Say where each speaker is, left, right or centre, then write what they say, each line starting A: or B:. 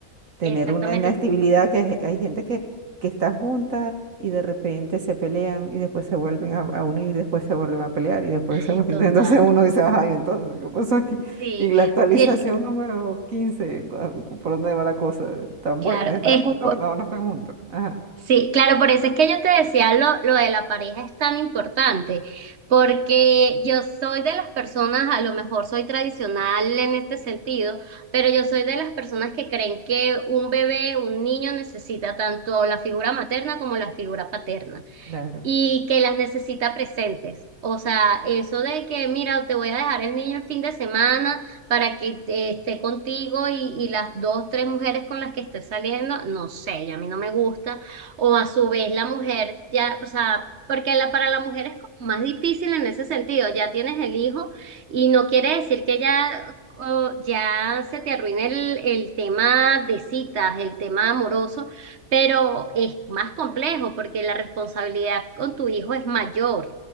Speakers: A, on the right; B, on the right.
A: tener
B: exactamente,
A: una inestabilidad, que hay, hay gente que, que está junta y de repente se pelean y después se vuelven a, a unir, después se vuelven a pelear y después
B: <laughs>
A: se vuelven, <laughs> entonces
B: total.
A: uno dice, ay, entonces, ¿qué pasó aquí?
B: Sí,
A: Y la actualización
B: y el-
A: número 15 cu- cu- ¿por dónde va la cosa? ¿Están,
B: claro,
A: vuel- están
B: es
A: juntos? No, no están juntos. Ajá,
B: Sí, claro, por eso es que yo te decía lo, lo de la pareja es tan importante, porque yo soy de las personas, a lo mejor soy tradicional en este sentido, pero yo soy de las personas que creen que un bebé, un niño necesita tanto la figura materna como la figura paterna
A: claro,
B: y que las necesita presentes. O sea, eso de que, mira, te voy a dejar el niño el fin de semana para que eh, esté contigo y, y las dos, tres mujeres con las que estés saliendo, no sé, ya a mí no me gusta. O a su vez la mujer, ya, o sea, porque la, para la mujer es como más difícil en ese sentido, ya tienes el hijo y no quiere decir que ya... o ya se te arruine el, el tema de citas, el tema amoroso, pero es más complejo porque la responsabilidad con tu hijo es mayor.